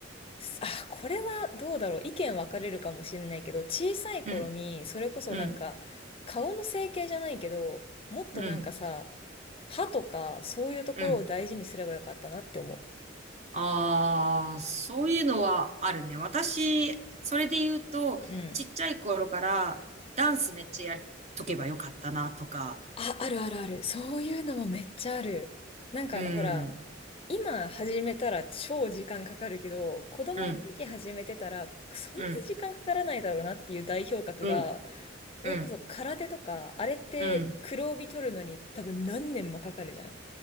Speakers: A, on the left (about 30°); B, on the right (about 35°).
A: すあ、これはどうだろう。意見分かれるかもしれないけど、小さい頃に、
B: うん。
A: それこそなんか、
B: うん。
A: 顔の整形じゃないけど、もっとなんかさ、
B: うん。
A: 歯とか、そういうところを大事にすればよかったなって思
B: うん。ああ、そういうのはあるね。私、それで言うと、
A: う。うん。
B: ちっちゃい頃からダンスめっちゃやりとけばよかったなとか、
A: あ、あるあるある。そういうのもめっちゃある。なんかあの、
B: う
A: ほら、
B: ん、
A: 今始めたら超時間かかるけど、子供の時始めてたら、
B: うん、
A: そんな時間かからないだろうなっていう代表格が、
B: うん、うん、
A: それこそ空手とか、
B: うん、
A: あれって黒帯取るのに多分何年もかかるじゃん。
B: うん、